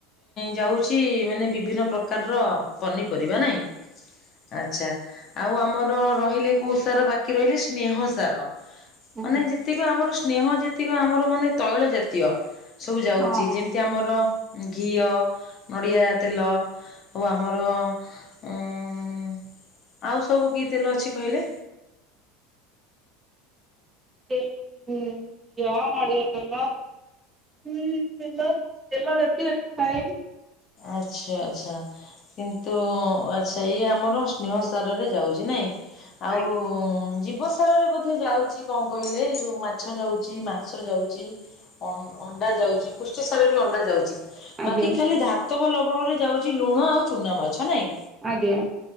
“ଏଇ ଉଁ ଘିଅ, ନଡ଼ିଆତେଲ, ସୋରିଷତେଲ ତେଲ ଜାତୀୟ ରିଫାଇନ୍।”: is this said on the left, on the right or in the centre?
Right